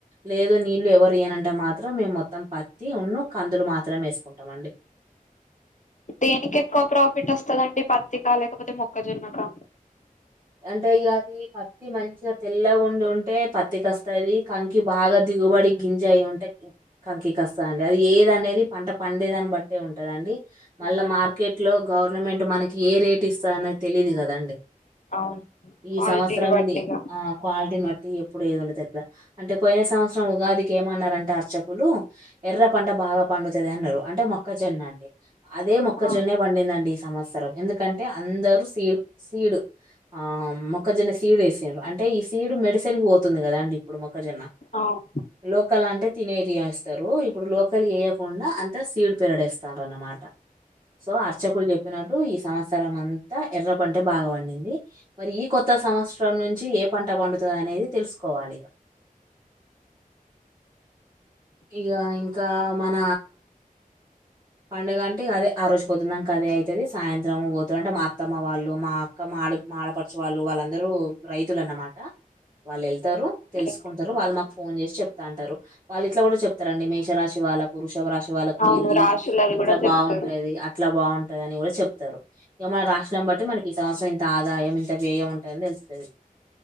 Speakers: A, on the right; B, on the left.
A: లేదు నీళ్ళు ఎవ రియ్యనంటే మాత్రం మేం మొత్తం పత్తి ఉన్ను కందులు మాత్రమే ఏసుకుంటాం అండి
B: దేనికి ఎక్కువ ప్రాఫిట్ వస్తదండి పత్తికా లేకపోతే మొక్కజొన్నకా
A: అంటే ఇగ అది పత్తి మంచిగా తెల్ల ఉండి ఉంటే పత్తికస్తది కంకి బాగా దిగుబడి గింజ అయ్యింటే కంకస్తాంది అది ఏది అనేది పంట పండేదాన్ని బట్టే ఉంటదండి మళ్ళ
B: ఆహా.
A: మార్కెట్ లో గవర్నమెంట్ మనకి ఏ రేట్ ఇస్తా అనేది తెలిదు కదండి
B: అవును
A: ఈ
B: క్వాలిటీని
A: సంవత్సరంది
B: బట్టిగా
A: ఆ క్వాలిటీని బట్టి ఈ ఇప్పుడు ఏదని తెల్లా అంటే పోయిన సంవత్సరం ఉగాదికి ఏమన్నారంటే అర్చకులు ఎర్ర పంట బాగా పండుతది అన్నారు అంటే మొక్కజొన్నండి అదే మొక్కజొన్నే
B: ఆ,
A: పండిందండి సంవత్సరం ఎందుకంటే అందరూ సీడ్ సీడు ఆం మొక్కజొన్న సీడ్ వేసిండ్రు అంటే ఈ సీడు మెడిసిన్ కు పోతుంది కదండి ఇప్పుడు మొ క్కజొన్న
B: అవును
A: లోకల్ అంటే తినేటివేస్తారు ఇప్పుడు లోకల్ వేయకుండా అంతా సీడ్ పెరడేస్తారు అనమాట, సో అర్చకులు చెప్పినట్టు ఈ సంవత్సరం అంతా ఎర్ర పంటే బాగా పండిం ది మరి ఈ కొత్త సంవత్సర్ <unintelligible> నుంచి ఏ పంట పండుతుంది. <unintelligible> అనేది తెలుసుకోవాలి. ఇగా ఇంకా మన. పండుగ అంటే ఇగ అదే ఆ రోజు పొద్దున్నాందాక అదే అయితది, సాయంత్రం పోతున్నా అంటే మా అత్తమ్మ వాళ్ళు, మా అక్క, మాడి మాఆడపడుచు వాళ్ళు, వాళ్ళందరూ రైతులు అన్నమాట వాళ్ళు వె వెళ్త్. తారు తెలుసుకుంటారు
B: ఓకే.
A: వాళ్ళు మాక్. ఫోన్ చేసి చెప్తా అంటారు. వాళ్ళు ఇట్లా కూడా చెప్తారండి మేషరాశి వాళ్ళకు, వృషభ రాశి. వాళ్ళకు
B: అవును,
A: ఈర్ ఈ.
B: రాశులవి
A: ఇట్ల
B: కూడా చెప్తారు
A: బాగుంటాది అట్ల బాగుం టది అని కూడా చెప్తారు ఇగ మన రాసినం బట్టి మనకి ఈ సంవత్సరం ఇంత ఆదాయం ఇంత వ్యయం ఉంటదని తెలుస్తది.